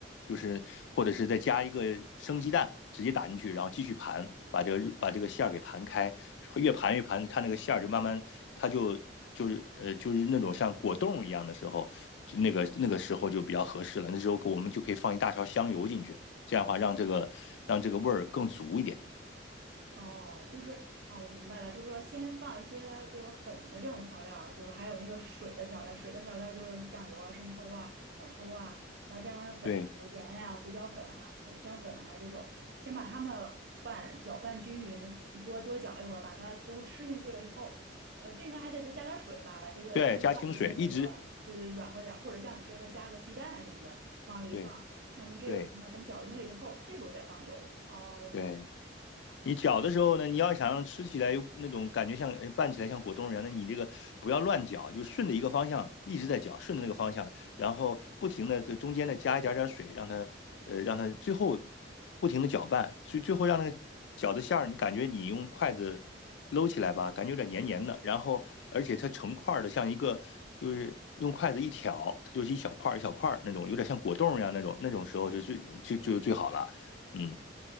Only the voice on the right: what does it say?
哦，就是哦，我明白了，就是说先放一些就是粉的这种调料儿就是还有那个水的调料水的调料就是酱油啊、生抽啊、老抽啊，然后再放上粉，
比如盐啊、胡椒粉啊、五香粉啊这种，先把它们拌搅拌均匀，多多搅一会儿，把它都吃进去了以后，呃，这个还得再加点儿水吧，把这个肉酱中的那个对对软和点儿或者像你说的加个鸡蛋什么的往里一放，
那么这个时候呢，
等搅匀了以后，这时候再放油。哦，我明白。